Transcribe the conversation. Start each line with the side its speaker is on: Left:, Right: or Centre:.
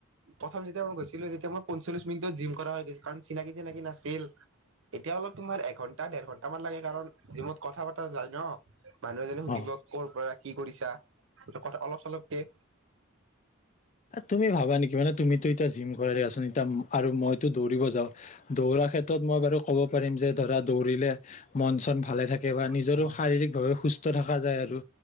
Right: প্ৰথম যেতিয়া মই গৈছিলো তেতিয়া মই পঞ্চল্লিশ মিনিটত জিম কৰা হৈ গৈছিল কাৰণ চিনাকি চিনাকি নাছিল এতিয়া অলপ তোমাৰ এঘন্টা দেৰ ঘন্ট মান লাগে কাৰণ জিমত কথা পাতা যায় ন। মানুহ এজনে সুধিব।
Left: অ
Right: পৰা কি কৰিছা সটো কথা অলপ চলপকে
Left: তুমি ভাবা নেকি মানে? তুমিতো এতিয়া জিম কৰা দাচোন এতিয়া আৰু মইতো দৌৰিব যাওঁ দৌৰাৰ ক্ষেত্ৰত মই বাৰু ক'ব পাৰিম যে ধৰা দৌৰিলে মন চন ভালে থাকে বা নিজৰো
Right: অ
Left: শাৰীৰিকভাৱে সুস্থ। থকা যায় আৰু,